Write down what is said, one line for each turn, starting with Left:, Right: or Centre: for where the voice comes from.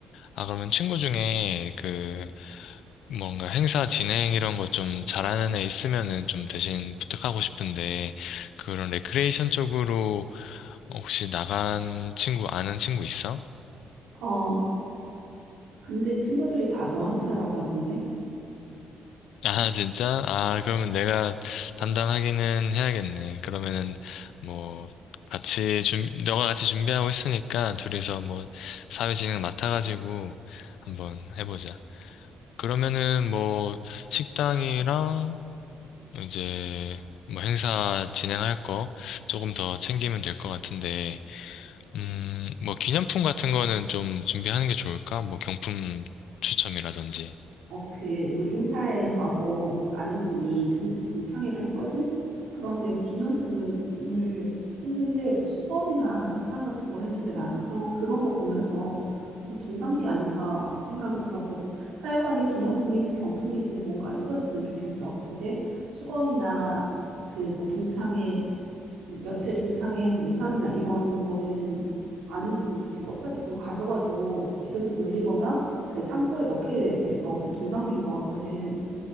Left: 아, 그러면 친구 중에 그, 뭔가 행사 진행 이런 거 좀 잘하는 애 있으면은 좀 대신 부탁하고 싶은데, 그런 레크레이션 쪽으로 혹시 나간 친구, 아는 친구 있어?
Right: 어, 근데 친구들이 다 너한테 하라고 하던데
Left: 아, 진짜? 아, 그러면 내가 담당하기는 해야겠네. 그러면은, 뭐, 같이 준, 너가 같이 준비하고 있으니까, 둘이서 뭐, 사회진흥 맡아가지고, 한번 해보자. 그러면은, 뭐, 식당이랑, 이제, 뭐, 행사 진행할 거, 조금 더 챙기면 될 것 같은데, 음, 뭐, 기념품 같은 거는 좀 준비하는 게 좋을까? 뭐, 경품 추첨이라든지.
Right: 어, 그, 우리 회사에서도 아는 분이 그 동창회를 했거든? 그런데 기념품을 했는데, 뭐 수건이나 우산 같은 걸 했는데 난 그거, 그런 거 보면서 좀 돈 낭비 아닌가 생각은 들었거든. 하여간에 기념품이든 경품이든 뭔가 있었으면 좋겠어. 근데 수건이나 그 뭐 동창회 몇 회 동창회에서 우산이나 이런 거는 안 했으면 좋겠어. 어차피 그거 가져가도 집에서 놀리거나 그냥 창고에 넣게 돼서 그냥 돈 낭비인 것 같거든.